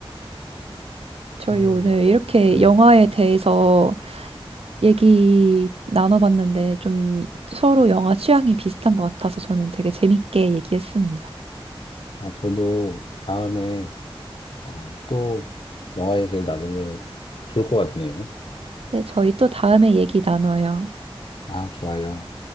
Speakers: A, on the right; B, on the left.
A: 저희
B: 어,
A: 오늘 이렇게
B: 네.
A: 영화에 대해서 얘기 나눠봤는데 좀 서로 영화 취향이 비슷한 것 같아서 저는 되게 재밌게 얘기했습니다.
B: 아, 저도 다음에 어, 또 영화에 대해 나누면 좋을 것 같네요.
A: 네, 저희 또 다음에 얘기 나눠요.
B: 아, 좋아요.